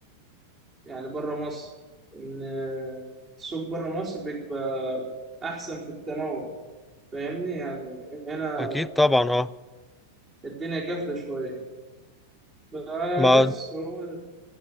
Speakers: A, on the right; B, in the centre.
A: يعني برا مصر إن السوق برا مصر بيبقى أحسن في التنوع فاهمني يعني هنا
B: اكيد طبعا اه
A: الدنيا قافلة شوية فبس
B: ما
A: هو